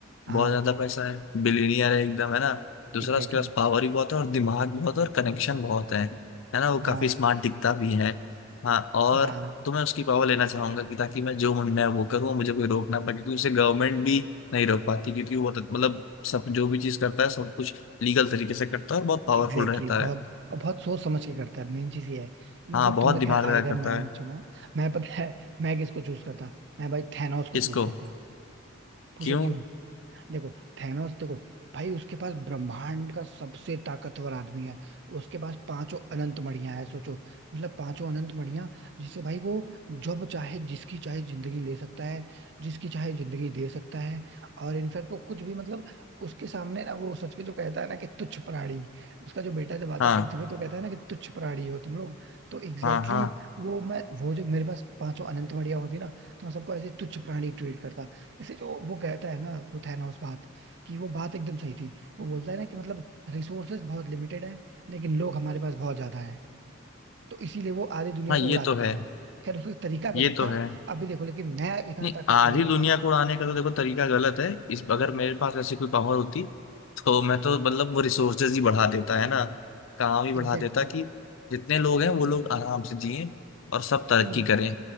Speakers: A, on the right; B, on the left.
A: हाँ
B: बहुत ज्यादा पैसा है बिलियनियर है एकदम है ना दूसरा
A: एग्जैक्टली
B: उसके पास पावर ही बहुत है और दिमाग बहुत है और कनेक्शन बहुत है है ना वो
A: हाँ
B: काफी स्मार्ट दिखता भी है हाँ और
A: हाँ
B: तो मैं उसकी पावर लेना चाहूंगा कि ताकि मैं जो मन मैं वो करूँ मुझे कोई रोकना पड़े क्योंकि उसे गवर्नमेंट भी नहीं रोक पाती क्योंकि वो तो, मतलब सब जो भी चीज करता है सब कुछ लीगल तरीके से करता है और बहुत पावरफुल
A: एग्जैक्टली
B: रहता
A: exactly, बहुत
B: है
A: और बहुत सोच समझ के करता है मेन चीज ये है
B: हाँ
A: मतलब
B: बहुत
A: तुमने
B: दिमाग
A: खैर
B: लगा
A: आयरन
B: करता
A: मैन
B: है
A: चुना मैं पता है मैं किसको चूज करता मैं भाई थैनोस को
B: किसको
A: चूज करता पूछो
B: क्यों
A: क्यों देखो थैनोस देखो भाई उसके पास ब्रह्मांड का सबसे ताकतवर आदमी है उसके पास पांचों अनंत मणियां है सोचो मतलब पांचों अनंत मणियां जिससे भाई वो जब चाहे जिसकी चाहे जिंदगी ले सकता है जिसकी चाहे जिंदगी दे सकता है और इनफैक्ट वो कुछ भी मतलब उसके सामने ना वो सच में जो कहता है ना कि तुच्छ प्राणी उसका जो बेटा जब आता
B: हाँ
A: है पृथ्वी पे तो कहता है ना कि तुच्छ प्राणी हो तुम लोग तो एग्जैक्टली
B: हाँ हाँ
A: exactly वो मैं वो जो मेरे पास पांचों अनंत मणियां होती ना तो मैं सबको ऐसे तुच्छ प्राणी ट्रीट करता जैसे जो वो कहता है ना वो थैनोस बात कि वो बात एकदम सही थी वो बोलता है ना कि मतलब रिसोर्सेज बहुत लिमिटेड है लेकिन लोग हमारे पास बहुत ज्यादा है तो इसीलिए वो आधी दुनिया
B: हाँ
A: को
B: ये
A: उड़ा
B: तो
A: देता
B: है
A: है खैर उसका तरीका गलत
B: ये तो
A: था
B: है
A: अभी देखो लेकिन मैं इतना
B: नहीं
A: ताकतवर
B: आधी
A: हो जाता
B: दुनिया
A: ना
B: को उड़ाने का तो देखो तरीका गलत है इस अगर मेरे पास ऐसी कोई पावर होती तो मैं तो मतलब वो रिसोर्सेज ही बढ़ा देता है ना काम ही बढ़ा
A: Exactly
B: देता कि जितने लोग
A: exactly.
B: हैं वो लोग आराम से जिए और सब तरक्की
A: नहीं
B: करें